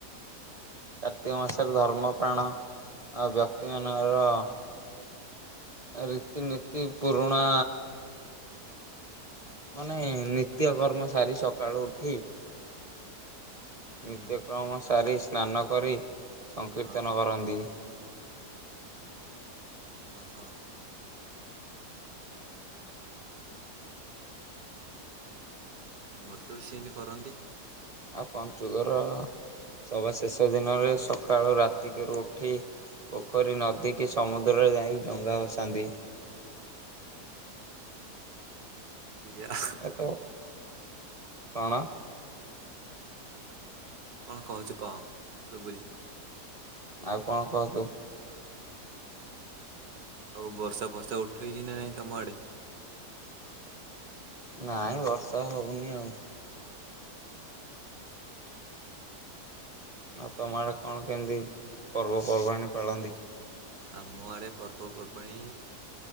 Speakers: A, on the right (about 30°); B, on the right (about 65°).
A: କାର୍ତ୍ତିକ ମାସରେ ଧର୍ମ ପ୍ରାଣ ଆଉ ବ୍ୟକ୍ତି ମାନଙ୍କର ରୀତିନୀତି ପୁରୁଣା ମାନେ ନିତ୍ୟକର୍ମ ସାରି ସକାଳୁ ଉଠି
B: ହୁଁ
A: ନିତ୍ୟକ୍ରମ ସାରି ସ୍ନାନ କରି ସଂକୀର୍ତ୍ତନ
B: ହଁ
A: କରନ୍ତି।
B: ଓହୋଃ। ଆମର ତ ବି ସେମିତି କରନ୍ତି।
A: ଆଉ ପଞ୍ଚୁକର ସବା ଶେଷ ଦିନରେ ସକାଳୁ ରାତିକରୁ ଉଠି ପୋଖରୀ ନଦୀ କି ସମୁଦ୍ରରେ ଯାଇ ଡଙ୍ଗା ଭସାନ୍ତି।
B: ପିଜା ଆହା
A: ଏ ତ, କଣ?
B: କଣ କହୁଛି କହ ଶୁଭୁଛି।
A: ଆଉ କଣ କହ ତୁ।
B: ଆଉ ବର୍ଷା ଫର୍ଷା ଉଠେଇଛି ନା ନାଇଁ ତମ ଆଡେ?
A: ନାଇଁ ବର୍ଷା ହଉନି ଆଉ। ଆଉ ତମ ଆଡ଼େ କଣ କେମିତି ପର୍ବପର୍ବାଣି ପାଳନ୍ତି?
B: ଆମ ଆଡେ ପର୍ବପର୍ବାଣି